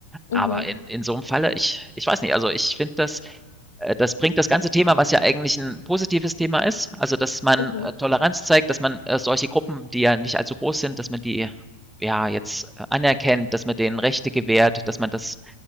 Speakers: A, on the left; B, in the centre.
A: mhm,
B: Aber
A: mhm,
B: in in so einem Falle ich ich weiß nicht, also, ich finde das äh, das bringt das ganze Thema, was ja eigentlich ein positives Thema ist, also, dass man,
A: mhm.
B: äh, Toleranz zeigt, dass man, äh, solche Gruppen, die ja nicht allzu groß sind, dass man die, ja, jetzt, äh, anerkennt, dass man denen Rechte gewährt, dass man das